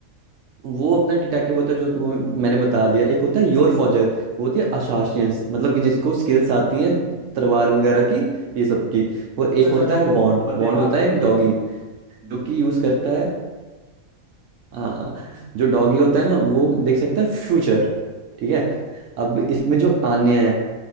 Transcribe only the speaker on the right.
वो अपना डिटेक्टिव होता है जो वो मैंने बता दिया एक होता है योर फॉजर वो होती है असासियंस मतलब कि जिसको स्किल्स आती हैं तलवार वगैरह की ये सब की और एक
होता
है बॉन्ड
बॉन्ड
होता है
एक डॉगी
जो कि यूज करता है हाँ हाँ, जो डॉगी होता है ना वो देख सकता है फ्यूचर ठीक है अब इसमें जो आन्या है